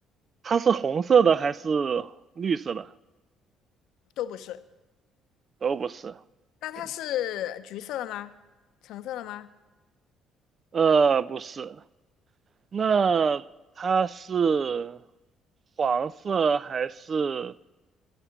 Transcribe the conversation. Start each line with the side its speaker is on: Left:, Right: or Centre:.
Right: 它是红色的还是绿色的？
Left: 都不是。
Right: 都不是，
Left: 那它是橘色的吗？
Right: 行，
Left: 橙色的吗？
Right: 呃，不是。那它是黄色还是